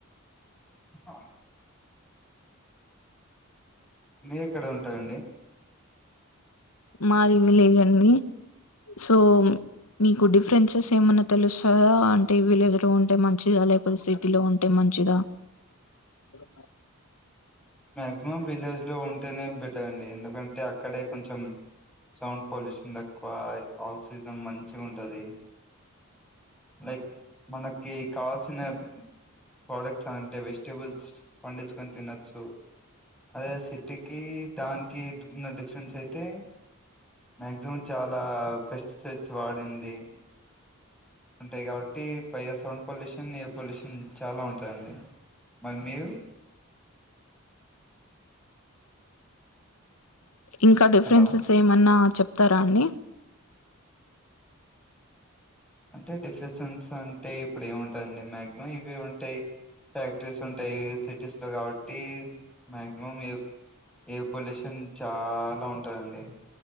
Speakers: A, in the centre; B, on the left.
A: ఆ మీరు ఎక్కడ ఉంటారయండి.
B: మాది విలేజ్ అండి సో మీకు డిఫరెన్సెస్ ఏమన్నా తెలుస్తుందా అంటే విలేజ్ లో ఉంటే మంచిదా లేకపోతే సిటీ లో ఉంటే మంచిదా. అ
A: మాక్సిమం విలేజ్ లో ఉంటేనే బెటారండి ఎందుకంటే అక్కడే కొంచెం సౌండ్ పొల్యూషన్ తక్కువ ఆక్సిజన్ మంచి ఉంటది. లైక్ మనకి కావాల్సిన ప్రోడక్ట్స్ అంటే వేస్ట్ వెజిటబుల్స్ పండించుకని తినొచ్చు అదే సిటీకి దా నికి ఉన్న డిఫరెన్స్ అయితే మక్సిమం చాలా పెస్టిసైడ్స్ వాడింది. ఉంటాయి కాబట్టి పైగా సౌండ్ పొల్యూషన్ ఎయిర్ పొల్యూషన్ చాలా ఉంటాయండి. మరి మీరు
B: ఇంకా డిఫరెన్సెస్
A: హలో
B: ఏమన్నా చెప్తారా అండి.
A: అంటే డిఫెసెన్స్ అంటే ఇప్పుడు ఏముంటాందండి మాక్సిమం ఇవే ఉంటాయి. ఫ్యాక్టరీస్ ఉంటాయి సిటీస్ లో కాబట్టి మాక్సిమం ఎయిర్ పొల్యూషన్ చాలా ఉంటందండి.